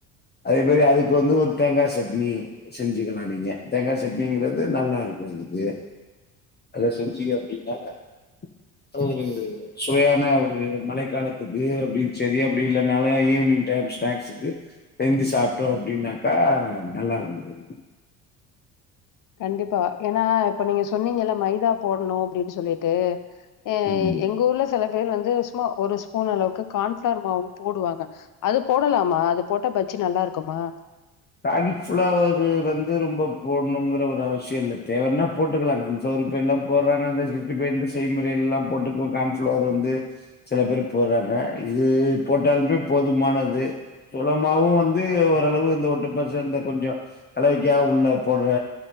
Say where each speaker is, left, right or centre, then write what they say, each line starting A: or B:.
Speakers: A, on the left; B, on the left.
A: அதே மாரி அதுக்கு வந்து ஒரு தேங்கா சட்னி செஞ்சுக்கலா நீங்க தேங்கா சட்னிங்றது நல்லா <unintelligible> அத செஞ்சிய அப்டின்னாக்க அது ஒரு சுவையான ஒரு மழை ஒரு காலத்துக்கு அப்டின்னு சரி அப்டி இல்லைனாலு ஈவினி டைம் ஸ்னாக்ஸுக்கு செஞ்சி சாப்ட்டோ அப்டின்னாக்கா நல்லா இருக்கு தோழி
B: கண்டிப்பா ஏன்னா இப்ப நீங்க சொன்னீங்கல்ல மைதா போடணு அப்டின்னு சொல்லிட்டு அஹ்
A: ம்
B: எங்க ஊர்ல செல பேர் வந்து சும்மா ஒரு ஸ்பூன் அளவுக்கு கான்ஃப்ளார் மாவு போடுவாங்க அது போடலாமா அது போட்ட பச் நல்லா இருக்குமா
A: கன்ஃப்ளவர்ரு வந்து ரொம்ப போடணுங்கிற ஒரு அவசியோ இல்ல தேவன்னா போட்டுக்கலா கன்ஃப்ளவ இப்ப எல்லா போடறாங்க அந்த சிக்ஸ்டிஃபை ந்து செய்முறை எல்லா போட்டு கான்ஃப்ளவர் வந்து சில பேர் போடுறா <unintelligible> இது போட்டாலுமே போதுமானது சோலமாவு வந்து ஓரளவு இந்த ஒட்டு ந்த சேந்த கொஞ்சு கலைவிக்கா உள்ள போடுற